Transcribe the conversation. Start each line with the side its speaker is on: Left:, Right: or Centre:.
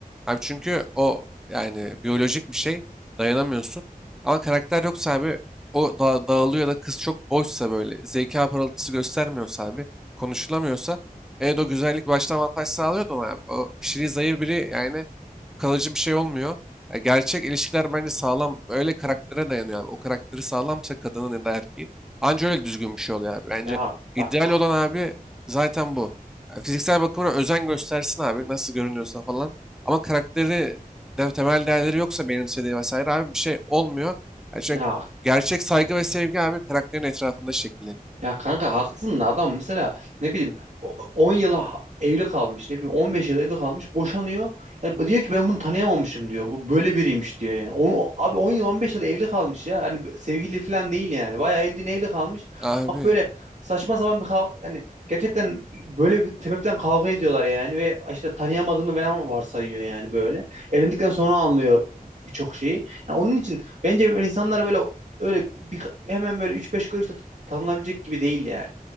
Centre: Abi çünkü o yani biyolojik bir şey dayanamıyorsun. Ama karakter yoksa abi o da dağılıyor ya da kız çok boşsa böyle zeka parıltısı göstermiyorsa abi konuşulamıyorsa evet o güzellik başta avantaj sağlıyor da ona abi. O kişiliği zayıf biri yani kalıcı bir şey olmuyor. Ya gerçek ilişkiler bence sağlam öyle karaktere dayanıyor abi. O karakteri sağlamsa kadının ya da erkeğin anca öyle düzgün bir şey oluyor abi. Bence
Right: Ya bak,
Centre: ideal olan abi zaten bu. Ya fiziksel bakımına özen göstersin abi nasıl görünüyorsa falan. Ama karakteri de, temel değerleri yoksa benimsediği vesaire abi bir şey olmuyor. Yani çünkü
Right: ya
Centre: gerçek saygı ve sevgi abi karakterin etrafında şekilleniyor.
Right: Ya kanka haklısın da adam mesela ne bileyim o- 10 yıla evli kalmış ne bileyim 15 yıl evli kalmış boşanıyor. Ya bu diyor ki ben bunu tanıyamamışım diyor. Bu böyle biriymiş diyor yani. On, o- abi 10 yıl 15 yıl evli kalmış ya. Hani b- sevgili falan değil yani. Bayağı eldiğine evli kalmış.
Centre: Abi
Right: Ama böyle saçma sapan bir kav- hani gerçekten böyle bir sebepten kavga ediyorlar yani ve işte tanıyamadığını falan varsayıyor yani böyle. Evlendikten sonra anlıyor birçok şeyi. Yani onun için bence böyle insanlara böyle öyle bir, hemen böyle 3-5 görüşte tanınabilecek gibi değil yani.